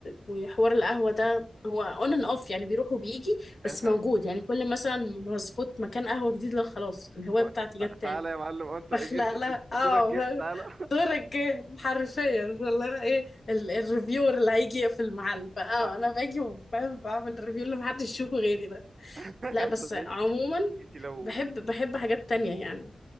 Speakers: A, on the left; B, on the right.
A: وحوار القهوة ده هو اون اند اوف يعني بيروح وبيجي بس
B: افهم
A: موجود يعني كل مثلا ما اظبط مكان قهوة جديد لا خلاص الهواية
B: أه،
A: بتاعتي
B: تع- تع-
A: جت تاني
B: تعالى يا معلم أه، انت
A: بخلقلها
B: اجي-
A: اه
B: دورك جه
A: ف-
B: تعالى
A: دورك جه حرفيا فاللي هو ايه ال- الريفيور اللي هيجي في المحل فاه
B: <laughs> تع-
A: انا باجي وبعمل بعمل ريفيو اللي محدش يشوفه غيري ده
B: <laughs>
A: لا بس
B: صدقني
A: عموما
B: انت لو
A: بحب بحب حاجات تانية يعني